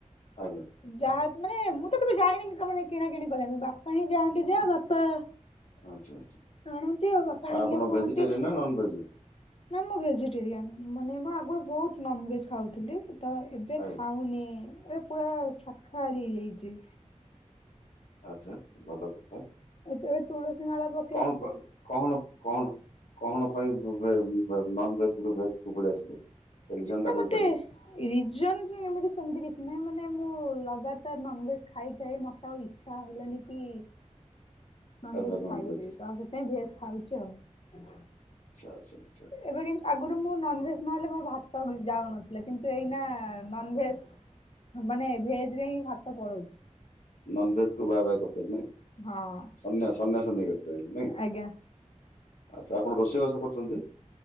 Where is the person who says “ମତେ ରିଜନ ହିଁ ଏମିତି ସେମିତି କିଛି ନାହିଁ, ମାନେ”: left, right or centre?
Left